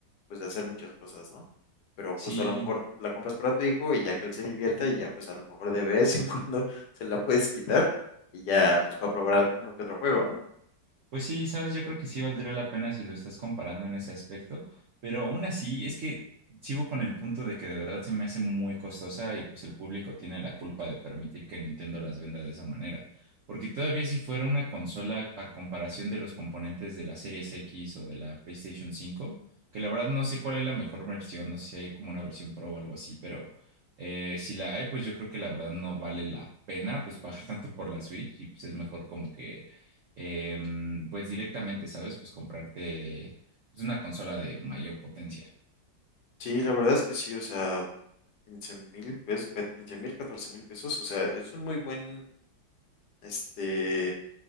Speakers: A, on the left (about 70°); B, on the right (about 80°).
A: pues de hacer muchas cosas, ¿no? Pero
B: Sí,
A: justo a lo mejor la compras para tu hijo y ya que él se divierta y ya pues a lo mejor de vez en <laughs> cuando se la puedes quitar y ya pues para probar alguno que otro juego, ¿no?
B: Pues sí, sabes, yo creo que sí valdría la pena si lo estás comparando en ese aspecto, pero aún así es que sigo con el punto de que de verdad se me hace muy costosa y pues el público tiene la culpa de permitir que Nintendo las venda de esa manera, porque todavía si fuera una consola a comparación de los componentes de la Series X o de la PlayStation 5, que la verdad no sé cuál es la mejor versión, no sé si hay como una versión Pro o algo así, pero eh, si la hay, pues yo creo que la verdad no vale la pena pues pagar <laughs> tanto por la Switch y pues es mejor como que em, pues directamente, ¿sabes? Pues comprarte pues, una consola de mayor potencia.
A: Sí, la verdad es que sí, o sea, quince mil pesos, quince mil, catorce mil pesos, o sea, es un muy buen, este,